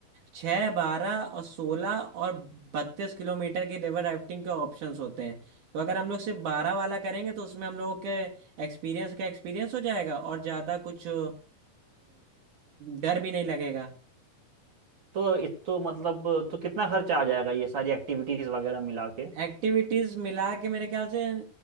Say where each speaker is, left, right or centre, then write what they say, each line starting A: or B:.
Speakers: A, on the right; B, on the right.
A: छः बारह और सोलह और बत्तीस किलोमीटर के रिवर राफ्टिंग के ऑप्शंस होते हैं तो अगर हम लोग सिर्फ बारह वाला करेंगे तो उसमें हम लोगों के एक्सपीरियंस का एक्सपीरियंस हो जाएगा और ज़्यादा कुछ अ, डर भी नहीं लगेगा
B: तो ये तो मतलब तो कितना खर्चा आ जाएगा ये सारी एक्टिविटीज वगैरह मिला के
A: एक्टिविटीज़ मिला के मेरे ख्याल से